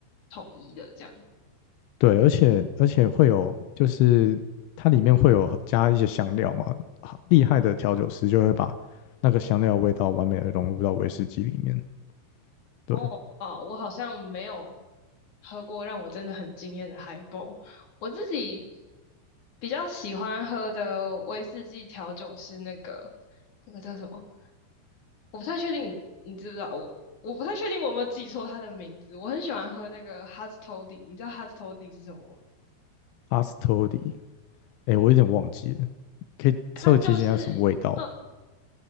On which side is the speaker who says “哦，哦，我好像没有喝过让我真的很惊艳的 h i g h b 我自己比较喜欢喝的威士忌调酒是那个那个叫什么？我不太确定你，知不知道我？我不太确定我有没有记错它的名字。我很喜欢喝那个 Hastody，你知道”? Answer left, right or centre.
Left